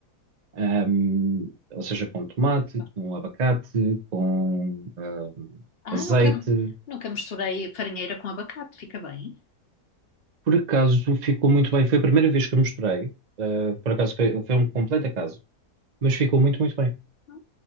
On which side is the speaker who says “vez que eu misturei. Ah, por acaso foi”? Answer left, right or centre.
Right